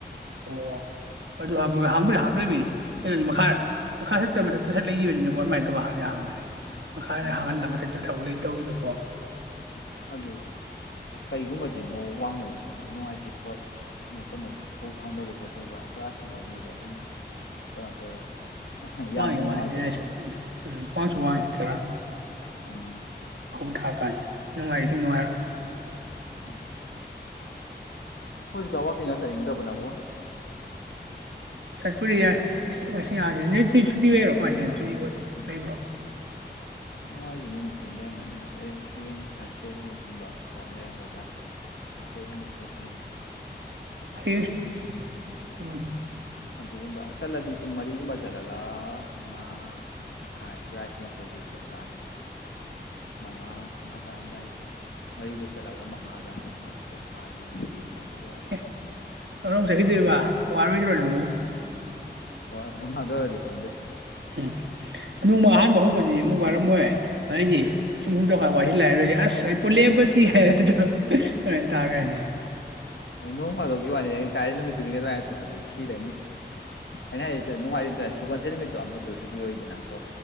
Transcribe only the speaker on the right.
ꯑꯣ ꯑꯗꯨ ꯍꯞꯄ ꯍꯥꯡꯕꯨꯗꯤ ꯍꯥꯡꯗ‌ꯣꯏꯃꯤꯅꯦ ꯀꯩꯅꯣꯅꯤ ꯃꯈꯥꯗ
ꯃꯈꯥ ꯁꯠꯇꯕ ꯃꯊꯛꯇ ꯁꯠ ꯂꯩꯈꯤꯕꯅꯤꯅꯀꯣ ꯑꯗꯨꯃꯥꯏꯅ ꯇꯧꯕ ꯍꯗꯤ ꯍꯥꯡꯕꯅꯤ ꯃꯈꯥꯗ
ꯍꯥꯡꯍꯜꯂ ꯃꯊꯛꯇ ꯊꯛ ꯂꯩ ꯇꯧꯈꯤꯕ ꯑꯣ
ꯋꯥꯡꯉꯤ
ꯋꯥꯡꯉꯤ ꯅꯣꯏ ꯑꯩꯁꯨ ꯎꯝ ꯎꯝ ꯋꯥꯡꯁꯨ ꯋꯥꯡꯉꯤ ꯈꯔ
ꯐꯧ ꯊꯥꯔꯀꯥꯟ ꯅꯨꯡꯉꯥꯏꯔꯤꯁꯤ ꯅꯨꯡꯉꯥꯏꯔ
ꯆꯠꯄꯔꯤ ꯌꯥꯏ ꯉ ꯉꯁꯤ ꯉꯍꯥꯡꯁꯤꯗꯤ ꯅꯨꯏ ꯁꯨꯇꯤ ꯑꯣꯏꯔꯣ ꯀꯃꯥꯏꯅ ꯇꯧꯅꯣ ꯁꯨꯇꯤ ꯂꯩꯕ꯭ꯔꯣ
ꯍꯁ ꯎꯝ
ꯑꯦ
ꯀꯔꯣ ꯆꯠꯈꯤꯗꯣꯏꯕ
ꯋꯥꯔꯣꯏꯗꯔꯣ ꯅꯪꯕꯨ
ꯎꯝ ꯅꯣꯡꯃ ꯑꯍꯥꯟꯕ ꯍꯧꯕꯗꯤ ꯑꯃꯨꯛ ꯋꯥꯔꯝꯃꯣꯏ ꯑꯗꯩꯗꯤ ꯁꯨꯝ ꯌꯨꯝ ꯇꯧꯀ ꯋꯥꯖꯤꯜꯂꯦ ꯂꯥꯏꯔꯣꯏꯒꯦ ꯑꯁ ꯑꯩ ꯄꯨ ꯂꯦꯞꯄꯁꯤ ꯍꯥꯏꯔꯦ ꯑꯗꯣ ꯑꯗꯨꯃꯥꯏꯟ ꯇꯥꯒꯔꯥꯅꯦ <unintelligible>